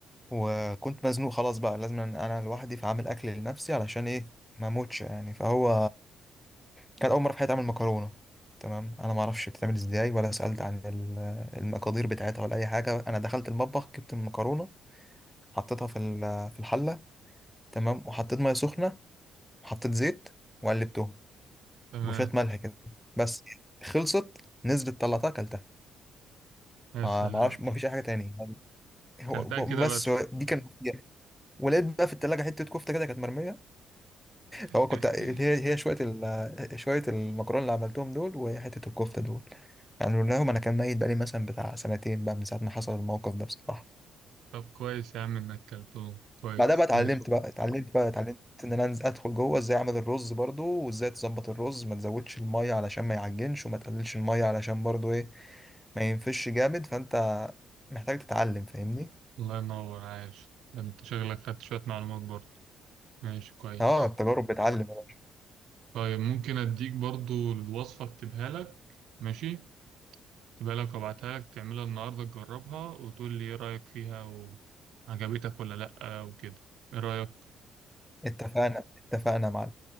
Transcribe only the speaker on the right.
تمام
يا
سلام
كلتها
كده
بس
<laughs>
طب كويس يا عم إنك كلتهم كويس
ماشي.
الله ينور عايش أنت شغلك خدت شوية معلومات برضه ماشي كويس
طيب ممكن أديك برضو الوصفة أكتبها لك ماشي أكتبها لك وأبعتها لك تعملها النهاردة تجربها وتقول لي إيه رأيك فيها وعجبتك ولا لأ وكده إيه رأيك؟